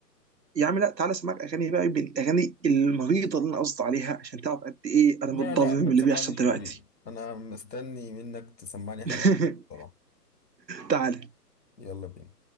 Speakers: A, on the right; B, on the left.
A: يا عم لا تعالى اسمعك اغاني بقى من الاغاني المريضه اللي انا قصدي عليها عشان تعرف قد ايه انا
B: لا
A: متضرر
B: لا ما
A: من
B: تسمعنيش
A: اللي بيحصل دلوقتي
B: مريض أنا مستني منك تسمعني حاجة
A: <laughs>
B: بصراحة
A: تعالى
B: يلا بينا